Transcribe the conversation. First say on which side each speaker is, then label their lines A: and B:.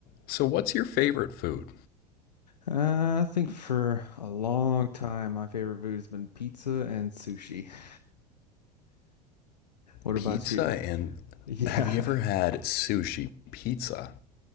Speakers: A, on the left; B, on the left.
A: So, what's your favorite food?
B: Uh, I think for a long time, my favorite food has been pizza and sushi. <laughs> What
A: Pizza
B: about you?
A: and
B: Yeah.
A: have you ever had sushi pizza?